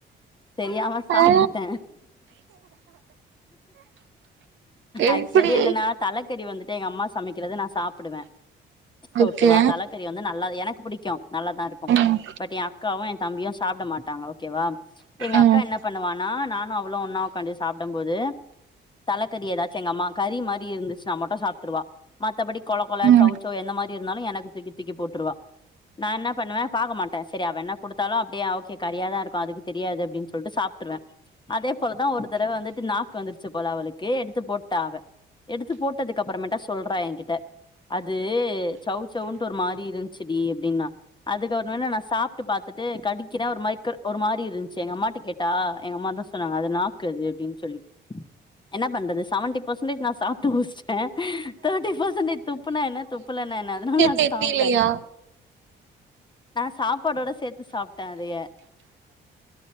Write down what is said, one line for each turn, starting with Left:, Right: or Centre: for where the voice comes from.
Left: தெரியாம
Right: ஆ
Left: சாப்ட்டுட்டே
Right: எப்டி
Left: ஆக்சுவலி என்ன நா தலக்கறி வந்துட்டு எங்க அம்மா சமைக்கிறத நா சாப்புடுவே
Right: ஓகே
Left: ஓகேவா தலக் கறி வந்து நல்ல எனக்கு புடிக்கு நல்லாதா இருக்கு
Right: ம்
Left: பட் எ அக்காவூ எ தம்பியூ சாப்ட மாட்டாங்க ஓகேவா எங்க
Right: ம்
Left: அக்கா என்ன பண்ணுவானா நா னு அவ்ளு ஒன்னா உக்காண்டு சாப்டம்போது தலக்கறி எதாத் எங்கம்மா கறி மாறி இருந்துச்சுன்னா மட்டும் சாப்ட்ருவா மத்தபடி கொள கொள
Right: ம்
Left: சௌச் செளவ் என்ன மாறி இருந்தாலு எனக்கு தூக்கி தூக்கி போட்ருவா நா என்ன பண்ணுவே பாக்க மாட்டே சரி அவ என்ன குடுத்தாலும் அப்டியே ஓகே கறியாதா இருக்கும் அதுக்கு தெரியாது அப்டின்னு சொல்ட்டு சாப்ட்ருவே அதே போலதா ஒரு தடவ வந்துட்டு நாக்கு வந்துருச்சு போல அவளுக்கு எடுத்து போட்டா அவ எடுத்து போட்டதுக்கு அப்புறமேட்டா சொல்றா என்கிட்ட அது சௌ சௌவுன்ட்டு ஒரு மாறி இருன்ச்சுடி அப்டின்னா ஒருநாளு நா சாப்ட்டு பாத்துட்டு கடிக்கிறே ஒரு மாறி கிர் ஒரு மாறி இருன்ச்சு எங்க அம்மாட்ட கேட்டா எங்க அம்மா அத்தா சொன்னாங்க அது நாக் கு அது அப்படின்னு சொல்லி என்ன பண்றது செவன்டி பர்சன்டேஜ் நா சாப்ட்டு முடிச்சி டே தேர்ட்டி பர்சன்டேஜ் துப்புனா என்ன துப்புலன்னா என்ன அதனால நா
Right: தெரியலையா
Left: சாப்ட்டே நா சாப்பாடோட சேத்து சாப்ட்டே அதைய